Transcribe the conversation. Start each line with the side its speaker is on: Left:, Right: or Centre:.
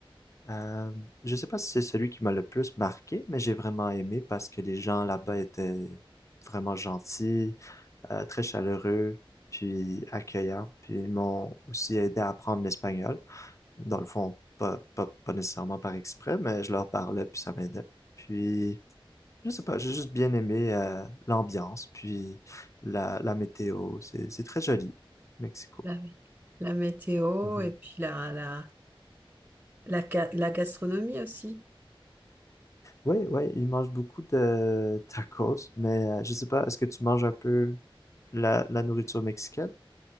Left: Euh, je sais pas si c'est celui qui m'a le plus marqué, mais j'ai vraiment aimé parce que les gens là-bas étaient vraiment gentils. euh, très chaleureux, puis accueillant, puis ils m'ont aussi aidé à apprendre l'espagnol. Dans le fond, pas, pas, pas nécessairement par exprès, mais je leur parlais, puis ça m'aidait. Puis, je sais pas, j'ai juste bien aimé euh, l'ambiance, puis la, la météo. C'est, c'est très joli, Mexico.
Right: La, la météo
Left: Mhm.
Right: et puis la, la, la, ga- la gastronomie aussi.
Left: Oui, oui, ils mangent beaucoup de tacos, mais euh, je sais pas, est-ce que tu manges un peu la, la nourriture mexicaine?